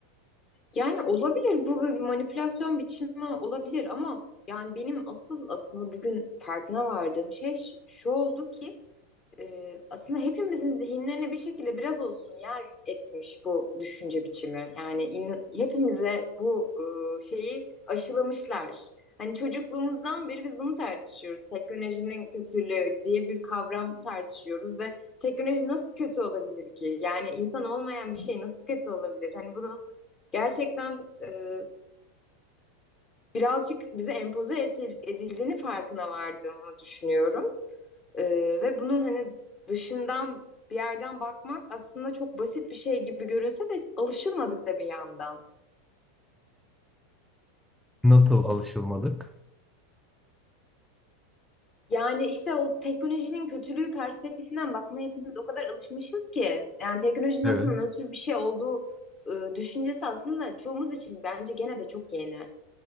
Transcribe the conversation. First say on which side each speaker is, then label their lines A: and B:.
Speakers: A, on the left; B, in the centre.
A: Yani olabilir bu bir manipülasyon biçimi olabilir ama yani benim asıl aslında bugün farkına vardığım şey ş- şu oldu ki e, aslında hepimizin zihinlerine bir şekilde biraz olsun yer etmiş bu düşünce biçimi. Yani in- hepimize bu e, şeyi aşılamışlar. Hani çocukluğumuzdan beri biz bunu tartışıyoruz. Teknolojinin kötülüğü diye bir kavram tartışıyoruz ve teknoloji nasıl kötü olabilir ki? Yani insan olmayan bir şey nasıl kötü olabilir? Hani bunu gerçekten e, birazcık bize empoze etil- edildiğini farkına vardığımı düşünüyorum. Ee, ve bunun hani dışından bir yerden bakmak aslında çok basit bir şey gibi görünse de alışılmadık da bir yandan.
B: Nasıl alışılmadık?
A: Yani işte o teknolojinin kötülüğü perspektifinden bakmaya hepimiz o kadar alışmışız ki. Yani teknolojinin aslında
B: Evet.
A: nötr bir şey olduğu e, düşüncesi aslında çoğumuz için bence gene de çok yeni.